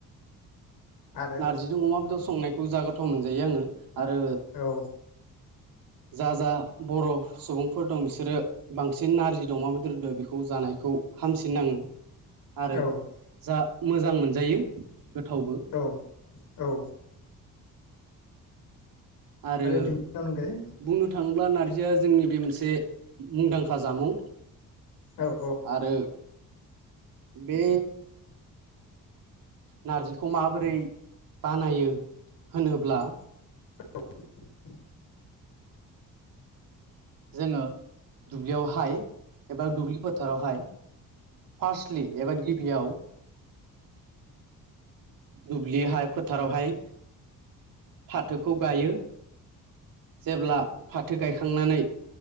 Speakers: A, on the left; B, on the right.
A: आरो
B: नारजिजों अमा बेदर संनायखौ ज गोथाव मोनजायो आङो आरो
A: औ
B: जा जा बर' सुबुंफोर दं बिसोरो बांसिन नारजिजों अमा बेदरजों बेखौ जानायखौ हामसिन नाङो। आरो
A: औ
B: जा मोजां मोनजायो गोथावबो
A: औ औ।
B: आरो
A: बेनि अनगायै
B: बुंनो नो थाङोब्ला नारजिया जोंनि बे मोनसे मुंदांखा जामुं
A: औ औ
B: आरो बे नारजिखौ माबोरै बानायो होनोब्ला
A: <inaudible>
B: जोङो दुब्लियावहाय एबा दुब्लि फोथारावहाय फारटलि एबा गिबियाव दुब्लिहाय फोथारावहाय फाथोखौ गायो। जेब्ला फाथो गायखांनानै